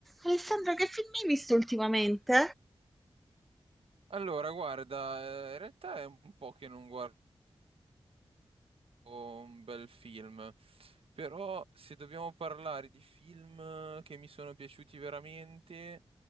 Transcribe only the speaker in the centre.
Alessandra, che film hai visto ultimamente?